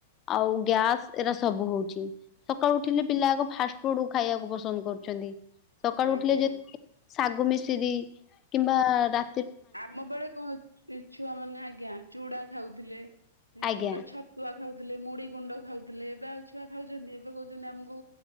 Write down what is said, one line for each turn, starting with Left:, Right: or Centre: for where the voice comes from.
Left: ଆଉ ଗ୍ୟାସ ଏରା ସବୁ ହଉଛି। ସକାଳୁ ଉଠିଲେ ପିଲା ଆଗ ଫାଷ୍ଟ ଫୁଡୁ ଖାଇବାକୁ ପସନ୍ଦ କରୁଛନ୍ତି। ସକାଳୁ
Right: ଆଜ୍ଞା
Left: ଉଠିଲେ ଯେ <inaudible> ଶାଗୁମିଶିରି କିମ୍ବା ଡା
Right: ଆମ ବେଳେ କଣ ଏ ଛୁଆ ମାନେ ଆଜ୍ଞା, ଚୁଡା ଖାଉଥିଲେ ଏଁ,
Left: ଆଜ୍ଞା।
Right: ଚୁଡା ଛ ତୁଆ ଖାଉଥିଲେ, ମୁଢି ଗୁଣ୍ଡ ଖାଉଥିଲେ, ଏବେ ଆଉ ଛୁଆ ଖାଉଛନ୍ତି ଏବେ କହୁଛନ୍ତି ଆମକୁ